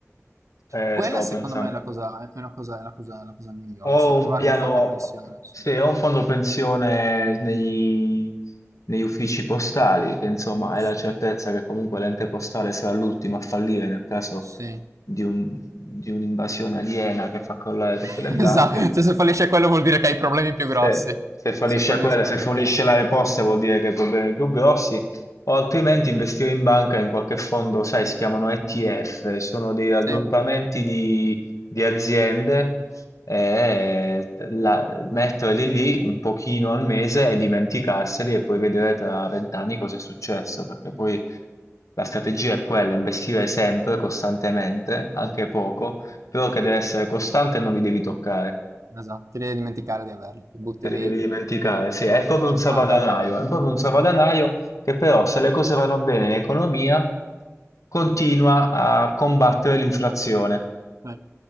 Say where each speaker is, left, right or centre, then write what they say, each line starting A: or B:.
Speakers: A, on the left; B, on the right.
A: Eh,
B: Quella
A: stavo
B: secondo
A: pensando.
B: me è la cosa, è una cosa, è la cosa, la cosa migliore,
A: Ho
B: sì, trovare
A: un piano,
B: un fondo pensione, sì.
A: sì, ho un fondo pensione nei- negli uffici postali, che insomma hai
B: Sì,
A: la certezza che comunque l'ente postale sarà l'ultimo a fallire nel caso
B: sì.
A: di un- di un'invasione aliena che fa crollare
B: <laughs>
A: tutte le banche.
B: Esatto, cioè, se fallisce quello vuol dire che hai problemi più
A: Se,
B: grossi.
A: se fallisce
B: Se falliscono...
A: quella, se
B: le
A: fallisce
B: parti.
A: la Poste vuol dire che hai problemi più grossi, o altrimenti investire in banca in qualche fondo, sai, si chiamano ETF,
B: Mm.
A: sono dei raggruppamenti
B: Sì. Eh,
A: di, di aziende e la- metterli lì un pochino al mese e dimenticarseli e poi vedere tra vent'anni cosa è successo, perché poi la strategia è quella, investire sempre, costantemente, anche poco,
B: no, no.
A: però che deve essere costante e non li devi toccare.
B: Esatto, ti devi dimenticare di averli, ti butti
A: Te
B: lì
A: li devi dimenticare, sì, è proprio
B: 50
A: un salvadanaio,
B: al mese,
A: è proprio un
B: sì,
A: salvadanaio che però se le cose vanno bene in economia continua a combattere l'inflazione,
B: sì,